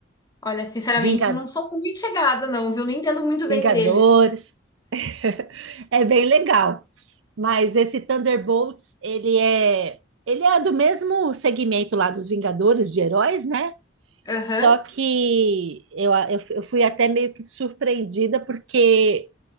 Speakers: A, on the left; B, on the right.
A: Olha, sinceramente,
B: Vinga-
A: não sou muito chegada, não, viu? Não entendo muito
B: Vingadores.
A: bem deles.
B: <laughs> É bem legal. Mas esse Thunderbolts, ele é, ele é do mesmo segmento lá dos Vingadores de heróis, né?
A: Aham,
B: Só que eu, eu, eu fui até meio que surpreendida, porque